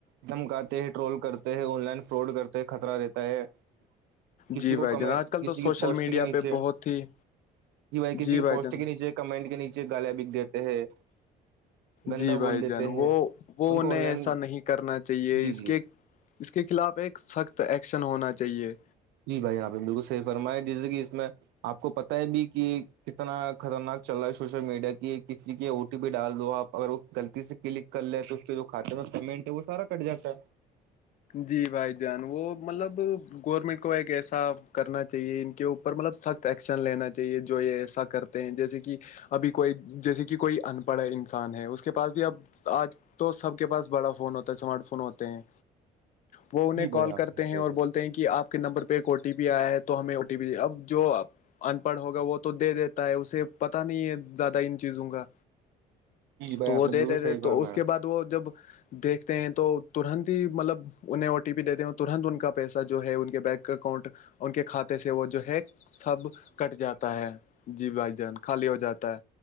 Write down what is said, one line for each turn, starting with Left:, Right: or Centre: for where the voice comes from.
Right: دھمکاتے ہیں ٹرول کرتے ہیں آن لائن فراڈ کرتے ہیں خطرہ دیتا ہے کسی
Left: جی
Right: کو
Left: بھائی
Right: کم
Left: جان آج کل
Right: کسی
Left: تو سوشل
Right: کے پوسٹ
Left: میڈیا
Right: کے نیچے
Left: پہ بہت ہی
Right: کی بھائی کسی
Left: جی
Right: کے پوسٹ
Left: جان
Right: کے نیچے کمنٹ کے نیچے گالیا بگ دیتے ہیں گندا
Left: جی بھائی
Right: بول دیتے
Left: جان
Right: ہیں
Left: وہ وہ
Right: ان
Left: انہیں
Right: کو آن لائن
Left: ایسا نہیں کرنا چاہیے
Right: جی
Left: اس
Right: جی
Left: کے اس کے خلاف ایک سخت ایکشن ہونا چاہیے
Right: جی بھائی یہپ نے بالکل صحی فرمایا جیسے کہ اس میں آپ کو پت ہے بھی کہ کتنا خطرناک چل رہا ہے سوشل میڈیا کی کسی کی او ٹی پی ڈال دو آپ اگر وہ غلطی سے کلک کر لے تو اس کے جو کاتے میں پیمنٹ ہے وہ سارا کٹ جاتا ہے
Left: جی بھائی جان وہ مطلب گورنمنٹ کو ایک ایسا کرنا چاہیے ان کے اوپر مطلب سخت ایکشن لینا چاہیے جو یہ ایسا کر ہیں جیسے کہ ابھی کوئی جیسے کہ کوئی ان پڑھ انسان ہے اس کے پاس بھی اب آج تو سب کے پاس بڑا فون ہوتا ہے اسمارٹ فون ہوتے ہیں وہ انہیں
Right: جی
Left: کال
Right: بھائی آپ
Left: کرتے
Right: نے
Left: ہیں
Right: صحیح
Left: اور
Right: فرمایا۔
Left: بولتے ہیں کہ آپ کے نمبر پہ ایک او ٹی پی آیا ہے تو ہمیں او ٹی پی اب جو ان پڑھ ہوگا وہ تو دے دیتا ہے اسے پتا نہیں ہے زیادہ ان چیزوں کا
Right: جی بھائی
Left: تو
Right: آپ
Left: وہ
Right: نے
Left: دی
Right: بالکل
Left: دی
Right: صحیح
Left: تھے
Right: فرمایا
Left: تو اس کے بعد وہ جب دیکھتے ہیں تو ترنت ہی مطلب انہیں او ٹی پی دیتے ہ ترنت ان کا پیسہ جو ہے ان کے بینک اکاؤنٹ ان کے کھاتے سے وہ جو ہے سب کٹ جاتا ہے جی بھائی جان خالی ہو جاتا ہے